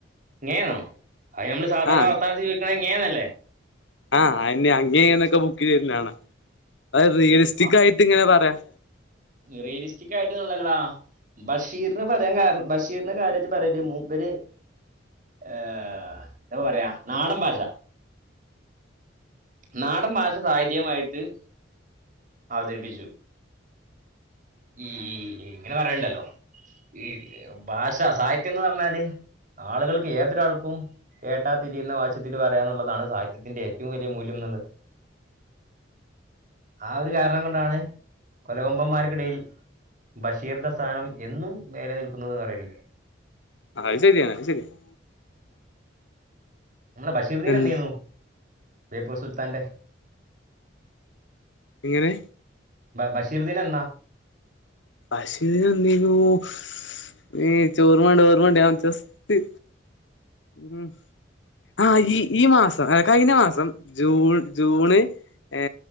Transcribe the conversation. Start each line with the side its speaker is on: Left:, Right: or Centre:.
Right: ങ്ങേ ണോ അത് നമ്മള് സാധാരണ
Left: ആ
Right: വർത്താനത്ത് ചോദിക്കുന്നത് ങ്ങേന്നല്ലേ
Left: ആഹ് അങ്ങയിന്നൊക്കെ ആബുക്ക് തരുന്നതാണ് അത് റിയലിസ്റ്റിക്
Right: ആ
Left: ആയിട്ട് ഇങ്ങനെ പറയാം
Right: റിയലിസ്റ്റിക് ആയിട്ട്ന്ല്ല്ള്ള. ബഷീറിനെ പറയാൻ കാരണം ബഷീർനെ കാര്യായിട്ട് പറയാല്ലിയാ മൂപ്പര് എന്താ പറയാ നാടൻ ഭാഷ. നാടൻ ഭാഷ സായിധിയമായിട്ട് അവതരിപ്പിച്ചു. ഇങ്ങനെ പറയെണ്ടല്ലോ ഈ ഭാഷ സാഹിത്യം എന്ന് പറഞ്ഞാൽ ആളുകൾക്ക് ഏതൊരാൾക്കും കേട്ടാതിരിയുന്ന വശത്തിൽ പറയാ എന്നുള്ളതാണ് സാഹിത്യത്തിന്റെ ഏറ്റവും വലിയ മൂല്യം <unintelligible> ആ ഒരു കാരണം കൊണ്ടാണ്. കൊലകൊമ്പന്മാർക്കിടയിൽ ബഷിറിന്റെസ്ഥാനം എന്നും മേലെ നിൽക്കുന്നത് പാറിയില്ലേ.
Left: അത് ശരിയാണ് ശരിയാണ്
Right: നമ്മുടെ ബഷീർുദ്ദീൻ
Left: എൻ
Right: എന്ത് ചെയ്യുന്നു ബേപ്പൂർ സുൽത്താന്റെ
Left: എങ്ങനെ
Right: <unintelligible> ബഷീർ ദീനം എന്നാ
Left: ബഷീർ ദീനു <unintelligible> ഓർമ്മയുണ്ട് ചോറമണ്ട് ഓർമ്മണ്ട് ഞ ജെസ്റ്റ് ഉം. ആഹ് ഈ ഈ മാസം കഴിഞ്ഞ മാസം ജൂൺ ജൂണ് ഏ